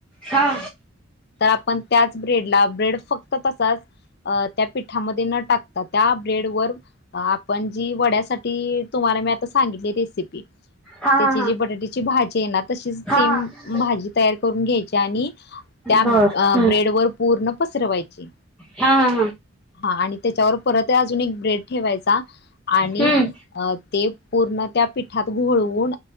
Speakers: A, in the centre; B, on the left (about 50°).
A: हा
B: तर आपण त्याच ब्रेडला ब्रेड फक्त तसाच त्या पिठामध्ये न टाकता त्या ब्रेड वर आपण जी वड्यासाठी तुम्हा आता सिती
A: हा हा
B: त्याची
A: हा
B: जी बटाट्याची भाजी आहे ना तशीच
A: हा
B: सेम
A: हा
B: भाजी तयार करून घ्यायची आणि त्या
A: बर
B: अ
A: हम्म
B: ब्रेड वर पूर्ण पसरवायची
A: हा हा
B: हा आणि त्याच्यावर परत अजून एक ब्रेड ठेवायचा आणि
A: हम्म
B: ते पूर्ण त्या पिठात घळवून